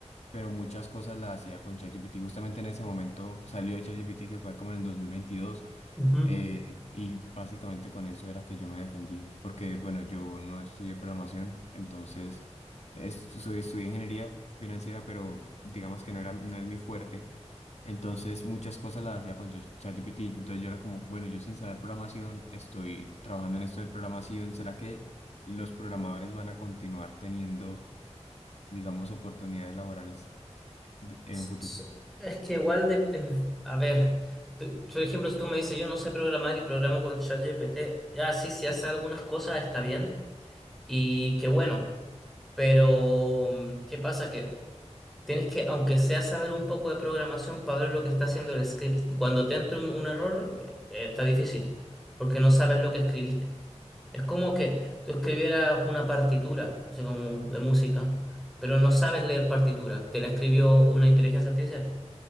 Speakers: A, on the left; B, in the centre.
A: pero muchas cosas las hacía con ChatGPT. Justamente en ese momento salió ChatGPT, que fue como en el 2022,
B: Ujú.
A: eh, y básicamente con eso era que yo me defendía, porque bueno, yo no estudié programación, entonces es- soy, estudié ingeniería financiera, pero digamos que no era, no es mi fuerte. Entonces muchas cosas las hacía con Ch- ChatGPT. Entonces yo era como, bueno, yo sin saber programación estoy trabajando en esto de programación. ¿Será que los programadores van a continuar teniendo, digamos, oportunidades laborales? de- en
B: S-
A: un futuro.
B: s- Es que igual de, em, a ver, tú- por ejemplo, si tú me dices yo no sé programar y programo con ChatGPT, ya sí, si hace algunas cosas está bien y qué bueno, pero mm, ¿qué pasa? Que Tienes que, aunque sea saber un poco de programación para ver lo que está haciendo el script. Y cuando te entra un, un error, eh, está difícil, porque no sabes lo que escribiste. Es como que tú escribieras una partitura, no sé, como de música, pero no sabes leer partitura. Te la escribió una inteligencia artificial.